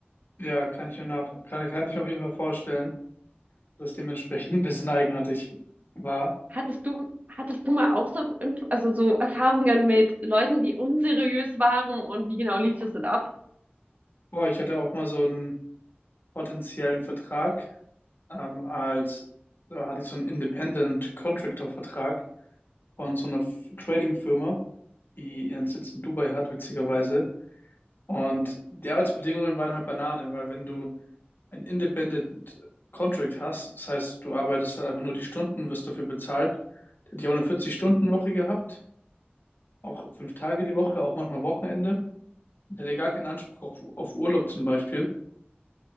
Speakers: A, on the left (about 55°); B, on the right (about 40°).
A: Ja, kann ich mir nach, kann, kann ich mir auf jeden Fall vorstellen, dass es dementsprechend ein bisschen eigenartig war.
B: Hattest du, hattest du mal auch so, Inf- also so Erfahrungen mit Leuten, die unseriös waren und wie genau lief das denn ab?
A: Boah, ich hatte auch mal so einen potenziellen Vertrag, ähm, als, da hatte ich so einen Independent Contractor Vertrag von so einer F- Trading Firma, die ihren Sitz in Dubai hat, witzigerweise. Und die Arbeitsbedingungen waren halt Banane, weil wenn du ein Independent Contract hast, das heißt, du arbeitest halt einfach nur die Stunden, wirst dafür bezahlt. Der hat ja auch eine 40-Stunden-Woche gehabt, auch fünf Tage die Woche, auch manchmal Wochenende. Der hatte gar keinen Anspruch auf, auf Urlaub zum Beispiel.